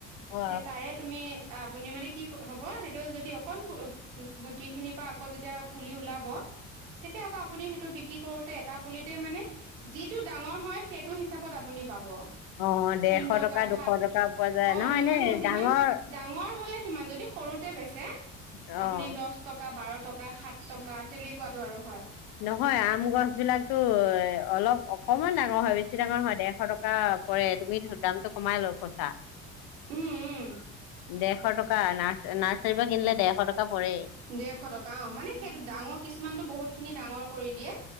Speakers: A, on the left; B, on the right.
A: অ
B: তে ', তাৰে তুমি অ ', আপুনি মানে কি হ'ব সেইটো যদি অকণ গুটি খিনিৰ পৰা আকৌ যেতিয়া পুলি ওলাব? তেতিয়া আকৌ আপুনি সেইটো কি কৰোতে এটা পুলিতে মানে যিটো ডাঙৰ হয় সেইটো হিচাপত আপুনি পাব ',
A: অ ডেৰশ
B: তিন টকা
A: দুশ
B: সাত টকা
A: পোৱা যায়
B: অ
A: নহয়
B: ', সিমানো
A: এনে
B: যিমান
A: ডাঙৰ
B: ডাঙৰ হলে সিমান যদি সৰুতে বেচে?
A: অ
B: আপুনি দহ টকা বাৰ টকা সাত টকা তেনেকুৱাাতো আৰু হয়?
A: নহয় আম গছ বিলাক টো অলপ অকমান ডাঙৰ হয় বেছি ডাঙৰ হয় ডেৰশ টকা পৰে তুমি ধ দামটো কমাই লোৱা খচা?
B: উম উম
A: দেৰশ টকা না? নাৰ্চাৰীৰ পৰা কিনিলে ডেৰশ টকা। পৰে
B: দেৰশ টকা অ', মানে সেইটো ডাঙৰ কিছুমানতটো বহুত খিনি ডাঙৰ কৰি দিয়ে।